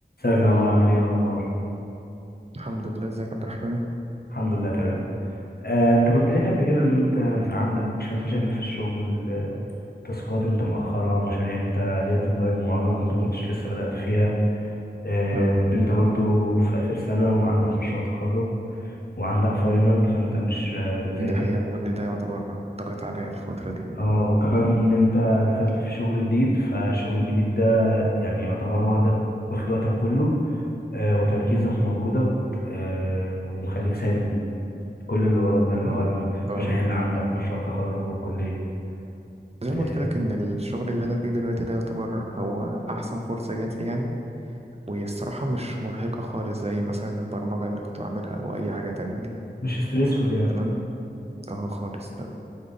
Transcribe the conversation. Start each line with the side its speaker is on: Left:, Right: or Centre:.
Left: ازيك يا عمر عامل ايه الاخبار
Right: الحمد لله ازيك يا عبد الرحمن
Left: الحمد لله تمام آه، انت كنت قايل لي قبل كده ان انت كان عندك شويه مشاكل في الشغل آه، تاسكات انت مأخرها مشاريع انت ليها ديدلاين مقرب وانت ما كنتش لسه بدأت فيها آه،
Right: اه
Left: وان انت برضو في اخر سنه وعندك مشروع تخرج وعندك فاينل فانت مش آه، بتذاكر
Right: دي حقيقة كل ده يعتبر ضاغط عليا الفترة دي
Left: اه وكمان ان انت دخلت في شغل جديد فالشغل الجديد ده يعني يعتبر واخدك واخد وقتك كله آه، وتركيزك ومجهودك آه، ومخليك سايب كل اللي وراك ده اللي
Right: مم.
Left: هو
Right: اه
Left: المشاريع اللي عندك ومشروع التخرج والكلية
Right: زي
Left: آه،
Right: ما قلت لك ان الشغل اللي انا فيه دلوقتي ده يعتبر هو احسن فرصة جات لي يعني وهي الصراحة مش مرهقة خالص زي مثلا البرمجة اللي كنت بعملها او اي حاجة تانية دي
Left: مش ستريسفول يعني
Right: تمام اه خالص لا